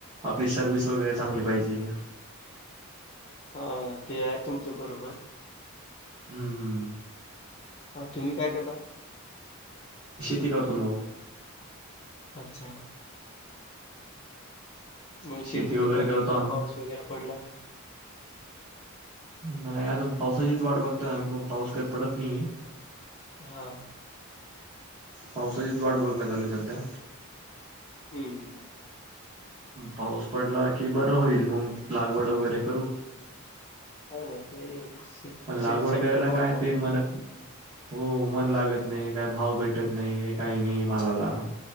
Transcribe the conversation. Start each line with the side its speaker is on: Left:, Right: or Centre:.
Right: आपली सर्विस वगैरे चांगली पाहिजे.
Left: हा ना ते आहे तुमचं बरोबर.
Right: हम्म हम्म
Left: ह तुम्ही काय करता
Right: कती करतो भाऊ
Left: अच्छा मग
Right: शेती
Left: शेतीच
Right: वगैरे
Left: काय
Right: करतो
Left: तिकडं
Right: आम्ही
Left: पाऊस वगैरे पडलाय
Right: नाही अजून पावसाचीच वाट बघतोय आम्ही पण पाऊस काही पडत नाहीये
Left: हा
Right: पावसाचीच वाट बघण चालुय सध्या
Left: हम्म
Right: पाऊस पडला की बरं होईल मग लागवड वगैरे करू
Left: ह ना ते श
Right: पण लागवड
Left: शेतीसाठी
Right: करायला
Left: तर पाऊस
Right: काय
Left: लागतो.
Right: ते मन हो मन लागत नाही काही भाव भेटत नाही काही नाही मालाला